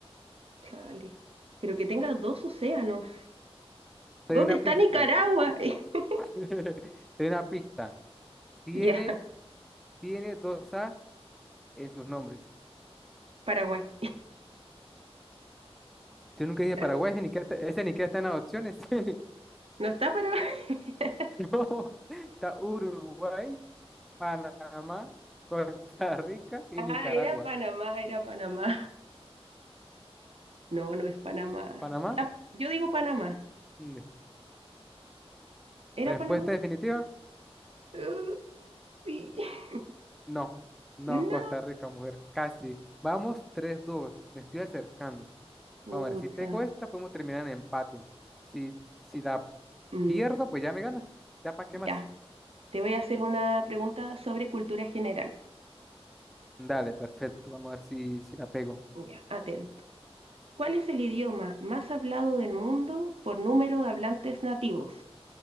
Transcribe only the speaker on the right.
Chale. Pero que tenga dos océanos.
¿Dónde
está
Nicaragua? <laughs>
Ya,
Paraguay.
Paraguay.
No está Paraguay. <laughs>
Ah,
era Panamá, era Panamá. No, no es Panamá.
Ya, yo digo Panamá.
¿Era
Panamá?
Uh, sí. <laughs>
No.
Pucha.
Mm,
ya,
te voy a hacer una pregunta sobre cultura general.
Ya, atento. ¿Cuál es el idioma más hablado del mundo por número de hablantes nativos?